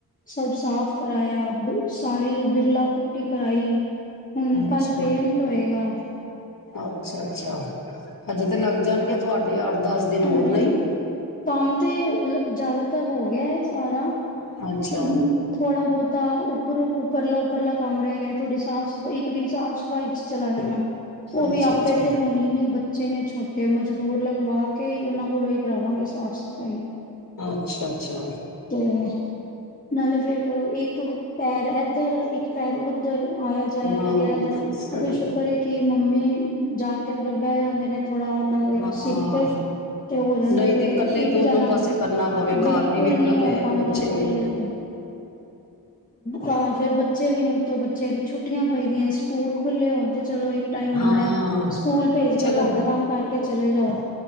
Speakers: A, on the left; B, on the left.
A: ਸਭ ਸਾਫ ਕਰਾਇਆ ਸਾਰੀ ਬਿਰਲਾ ਪੁੱਟੀ ਕਰਾਈ ਹੁਣ
B: ਅੱਛਾ
A: ਕੱਲ ਪੇਂਟ ਹੋਏਗਾ।
B: ਅੱਛਾ ਅੱਛਾ ਹਜੇ ਤੇ ਲੱਗ ਜਾਣਗੇ ਤੁਹਾਡੇ ਦਸ ਦਿਨ ਹੋਰ
A: ਹਲੇ
B: ਨਹੀਂ
A: ਕੰਮ ਤੇ ਜ਼ਿਆਦਾਤਰ ਹੋ ਗਿਆ ਹੈ। ਸਾਰਾ ਹਮ
B: ਅੱਛਾ
A: ਥੋੜਾ ਬਹੁਤਾ ਉੱਪਰ ਉੱਪਰਲਾ ਉੱਪਰਲਾ ਕੰਮ ਰਹਿ ਗਿਆ ਥੋੜੀ ਸਾਫ਼ ਸਫ਼ਾਈ ਇੱਕ ਦਿਨ ਸਾਫ਼ ਈ ਚ ਚਲਾ ਜਾਣਾ, ਉਹ
B: ਅੱਛਾ
A: ਵੀ ਆਪੇ
B: ਅੱਛਾ
A: ਤੇ ਹੋਣ ਹੀ ਨੀ ਬੱਚੇ ਨੇ ਛੋਟੇ ਮਜ਼ਦੂਰ ਲਗਵਾ ਉਹਨਾਂ ਕੋਲੋਂ ਹੀ ਕਰਾਵਾਂਗੇ ਸਾਫ਼ ਸਫ਼ਾਈ।
B: ਅੱਛਾ ਅੱਛਾ
A: ਤੇ ਨਾਲੇ ਫੇਰ ਇੱਕ ਪੈਰ ਇਕ ਪੈਰ ਉਧਰ ਆਇਆ ਜਾਇਆ
B: ਹਾਂ
A: ਲੱਗਿਆ
B: ਸਹੀ
A: ਦਾ ਸ਼ੁਕਰ ਹ ਕਿ ਮੰਮੀ ਜਾ ਕੇ ਬਹਿ ਜਾਂਦੇ ਨੇ ਥੋੜਾ ਉਹਨਾਂ ਦੇ
B: ਹਾਂ
A: ਸਿਰ ਤੇ ਤੇ ਹੋ ਜਾਂਦੇ
B: ਨਹੀਂ
A: ਤੇ
B: ਕੱਲੇ
A: ਇੱਕ
B: ਦੋਨੋ
A: ਜਾਣਾ--ਬਿਲਕੁ
B: ਪਾਸੇ ਕਰਨਾ ਪਵੇ ਘਰ ਵੀ
A: ਕੋਈ
B: ਵੇਖਣਾ
A: ਨਹੀਂ ਹੋ
B: ਪਏ
A: ਪਾਉਂਦਾ
B: ਬੱਚੇ
A: ਇਕੱਲੇ
B: ਵੀ
A: ਕੋ ਘਰ ਫੇਰ ਬੱਚੇ ਵੀ ਨੀੱ ਤੋਂ ਬੱਚਿਆਂ ਦੀ ਛੁੱਟੀਆਂ ਪਈਦੀਆਂ ਸਕੂਲ ਖੁੱਲ੍ਹੇ ਹੋਣ ਤੇ ਚਲੋ ਟਾਈਮ ਬਣਦਾ
B: ਹਾਂ
A: ਸਕੂਲ ਭੇਜ
B: ਚਲੋ
A: ਕੇ ਘਰ ਦਾ ਕੰਮ ਕਰਕੇ ਚਲੇ ਜਾਓ